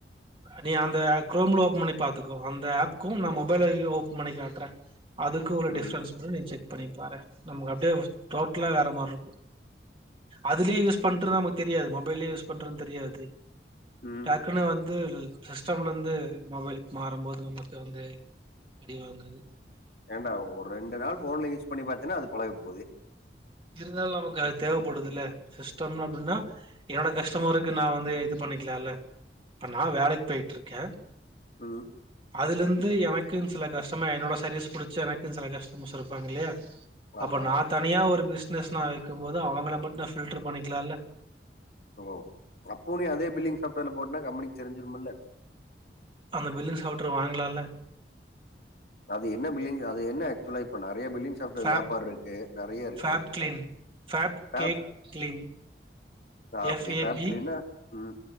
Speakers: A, on the right (about 30°); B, on the left (about 55°).
A: நீ அந்த குரோம்ல ஓபன் பண்ணி பாத்துக்கோ அந்த ஆப்க்கு நான் மொபைலையு ஓபன் பண்ணிக்கா ட்ற அதுக்கு உள்ள
B: ம்
A: டிஃப்ரன்ஸ் கூட நீ செக் பண்ணிப்பார நமக்கு அப்டியே டோட்டலா வேற மார்ருக்கு அதுலியே யூஸ் பண்றது நமக்கு தெரியாது மொபைலே யூஸ் பண்றது தெரியாது
B: ம்
A: டக்குனு வந்து சிஸ்டம்லர்ந்து மொபைல்க்கு மாறும்போது நமக்கு வந்து அடிவாங்குது
B: ஏன்டா ஒரு ரெண்டு நாள் ஃபோன்ல யூஸ் பண்ணி பாத்தேனா அது பழகப்போது
A: இருந்தாலு நமக்கு அது தேவப்படுதுல சிஸ்டம் அப்டினா என்னோட கஸ்டமருக்கு நான் வந்து இது பண்ணிக்குலால இப்ப நான் வேலைக் பேய்ட்ருக்க
B: ம்
A: அதுலந்து எனக்குன் சில கஷ்டமர் என்னோட சர்வீஸ் புடிச்சு எனக்குன் சில கஷ்டமர்ஸ் இருப்பாங்க இல்லையா
B: ஆமா
A: அப்போ நான் தனியா ஒரு பிஸ்னஸ் நான் வைக்கும் போது அவுங்கள மட்டும் நான் பில்ட்ரு பண்ணிக்குலால
B: பண்லா அப்போ நீ அதே பில்லிங் சாஃப்ட்வேர்ல போட்டா கம்பெனிக் தெரிஞ்சிருமுல்ல
A: அந்த பில்லிங் சாஃப்ட்ரு வாங்குலால
B: அது என்ன பில்லிங் அது என்ன அக்சுலா இப்ப நெறைய பில்லிங்ஸ் சாஃப்ட்வேர்க்கு
A: ஃபேப்
B: ஏப்பார்ருக்கு நெறையா இருக்கு
A: Fab clean Fab K
B: app
A: clean
B: ah okay
A: F A
B: சாஃப்ட்க்ளீனா
A: B
B: ம்